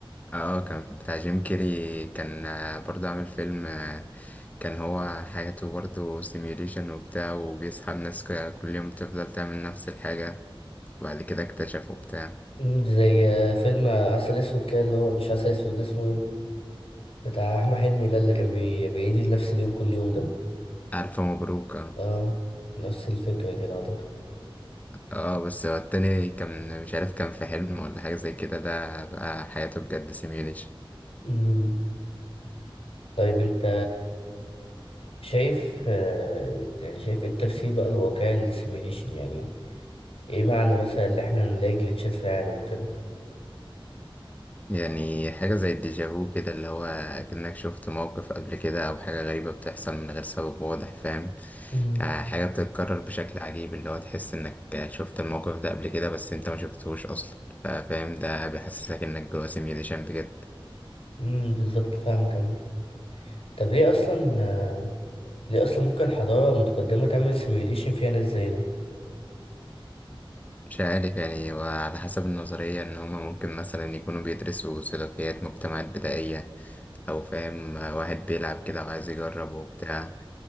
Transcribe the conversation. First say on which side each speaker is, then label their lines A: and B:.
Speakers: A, on the left; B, on the left.
A: اه آه، كان بتاع جيم كيري كان آه، برضه عامل فيلم آه، كان هو حياته برضه سيميوليشن وبتاع وبيصحى الناس ك- كل يوم بتفضل تعمل نفس الحاجة وبعد كده اكتشفوا بتاع
B: مم، زي آه، فيلم عسل أسود كده اللي هو مش عسل أسود اسمه إيه؟ بتاع احمد حلمي ده اللي كان بي... بيعيد نفس اليوم كل يوم ده
A: ألف مبروك اه
B: اه نفس الفكرة كده اعتقد
A: آه، بس هو التاني كان مش عارف كان في حلم ولا حاجة زي كده ده بقى حياته بجد سيميوليشن
B: امم طيب انت شايف آه، يعني شايف ايه التفسير بقى الواقعي للسيميليشن يعني ايه معنى مثلا اللي احنا نلاقي جليتشات في العالم وكده
A: يعني حاجة زي الديجافو كده اللي هو كأنك شفت موقف قبل كده أو حاجة غريبة بتحصل من غير سبب واضح فاهم
B: امم
A: آه، حاجة بتتكرر بشكل عجيب اللي هو تحس إنك شفت الموقف ده قبل كده بس أنت ما شفتهوش أصلا فا- فاهم ده بيحسسك إنك جوه سيميوليشن بجد
B: امم بالظبط فاهمك عمال طب ليه اصلا آه، ليه اصلا ممكن حضارة متقدمة تعمل سيميليشن فيها ناس زينا
A: مش عارف يعني وعلى حسب النظرية إن هما ممكن مثلا يكونوا بيدرسوا سلوكيات مجتمعات بدائية أو فاهم آه، واحد بيلعب كده وعايز يجرب وبتاع